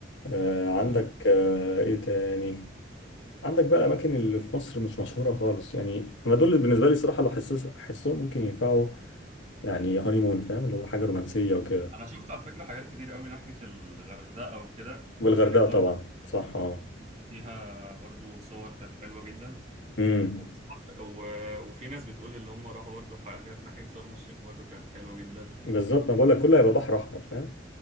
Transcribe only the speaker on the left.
آه،
عندك آه، إيه تاني عندك بقى أماكن اللي في مصر مش مشهورة خالص يعني أنا دول اللي بالنسبة لي الصراحة لو حسس حسهم ممكن ينفعوا يعني هانيمون فاهم اللي هو حاجة رومانسية وكده
والغردقة
طبعا صح اه
مم.
بالظبط ما بقول لك كله هيبقى بحر احمر فاهم